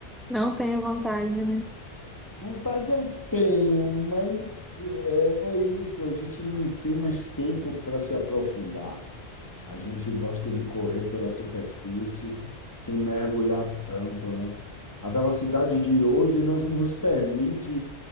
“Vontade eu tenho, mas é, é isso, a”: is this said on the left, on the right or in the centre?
Left